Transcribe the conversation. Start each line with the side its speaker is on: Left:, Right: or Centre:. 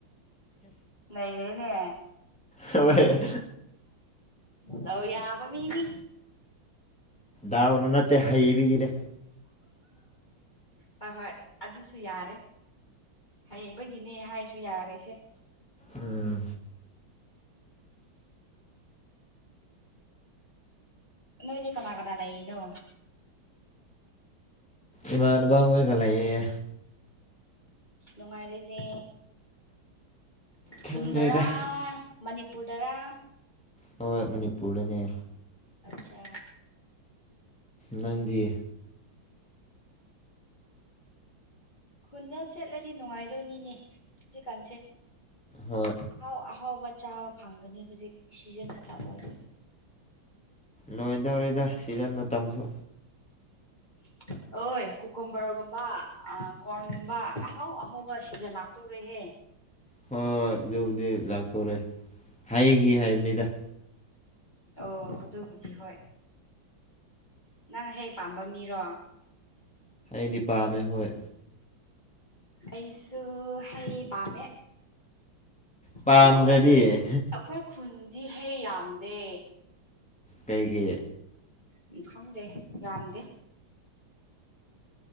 Left: ꯅꯩꯔꯦ ꯅꯦ
Centre: ꯍꯣꯏ
Left: ꯗꯥꯎ ꯌꯥꯕ ꯃꯤꯗꯤ
Centre: ꯗꯥꯎꯅ ꯅꯠꯇꯦ ꯍꯩꯕꯤꯒꯤꯅꯦ
Left: ꯍꯣꯏ ꯍꯣꯏ ꯑꯗꯨꯁꯨ ꯌꯥꯔꯦ ꯍꯩꯕꯒꯤꯅꯦ ꯍꯥꯏꯁꯨ ꯌꯥꯔꯁꯦ
Centre: ꯎꯝ
Left: ꯅꯣꯏꯗꯤ ꯀꯅꯥ ꯀꯅꯥ ꯂꯩꯅꯣ
Centre: ꯏꯃꯥꯟꯅꯕ ꯑꯣꯏꯒ ꯂꯌꯦ
Left: ꯑꯁ ꯅꯨꯡꯉꯥꯏꯔꯦꯅꯦ ꯈꯨꯟꯗꯔꯥ
Centre: ꯈꯪꯗ꯭ꯔꯦꯗ
Left: ꯃꯅꯤꯄꯨ꯭ꯔꯗꯔꯥ
Centre: ꯍꯣꯏ ꯃꯅꯤꯄꯨ꯭ꯔꯗꯅꯦ
Left: ꯑꯆꯥ
Centre: ꯅꯪꯗꯤ
Left: ꯈꯨꯟꯗ ꯆꯠꯂꯗꯤ ꯅꯨꯡꯉꯥꯏꯗꯣꯏꯅꯤꯅꯦ ꯖꯤꯀꯥꯟꯁꯦ
Centre: ꯍꯣꯏ
Left: ꯑꯍꯥꯎ ꯑꯍꯥꯎꯕ ꯆꯥꯕ ꯐꯪꯒꯅꯤ ꯍꯧꯖꯤꯛ ꯁꯤꯖꯟ ꯃꯥꯇꯝ ꯑꯣꯏꯕꯥꯒꯤ
Centre: ꯂꯣꯏꯗꯧꯔꯦꯗ ꯁꯤꯖꯟ ꯃꯇꯝꯁꯨ
Left: <inaudible> ꯑꯣꯏ ꯀꯣꯀꯣꯝꯕ꯭ꯔꯒꯨꯝꯕ ꯀꯣꯔꯟꯒꯨꯝꯕ ꯑꯍꯥꯎ ꯑꯍꯥꯎꯕ ꯁꯤꯖꯟ ꯂꯥꯛꯇꯣꯔꯦꯍꯦ
Centre: ꯍꯣꯏ ꯍꯣꯏ ꯑꯗꯨꯕꯨꯗꯤ ꯂꯥꯛꯇꯣꯔꯦ ꯍꯥꯏꯈꯤ ꯍꯥꯏꯕꯅꯤꯗ
Left: ꯑꯣ ꯃꯗꯨꯣꯏꯕꯨꯗꯤ ꯍꯣꯏ ꯅꯪ ꯍꯦꯛ ꯄꯥꯝꯕ ꯃꯤꯔꯣ
Centre: ꯃꯤꯗꯤ ꯄꯥꯝꯃꯦ ꯍꯣꯏ
Left: ꯑꯩꯩꯁꯨ ꯍꯩ ꯄꯥꯃꯦ
Centre: ꯄꯥꯝꯗ꯭ꯔꯗꯤ
Left: ꯑꯗꯨ ꯑꯩꯈꯣꯏ ꯑꯩꯈꯣꯏ ꯈꯨꯟꯗꯤ ꯍꯩ ꯌꯥꯝꯗꯦ
Centre: ꯀꯩꯒꯤ
Left: ꯎꯝ ꯈꯪꯗꯦ ꯌꯥꯝꯗꯦ